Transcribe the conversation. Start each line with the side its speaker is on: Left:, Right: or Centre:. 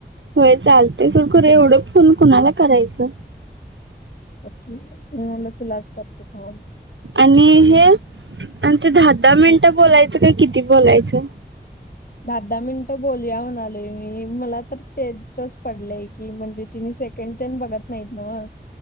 Right: होय चालतय सोड, खर एवढं फोन कुणाला करायचं
Left: बग की, मी म्हणल तुलाच करतो थांब
Right: आणि हे आणि ते दहा दहा मिनिटं बोलायचं काय किती बोलायचं
Left: दहा दहा मिनिटं बोलूया म्हणालोय मी. मला तर तेचच पडलंय की म्हणजे तिने सेकंड तेन बघत नाहीत नव्ह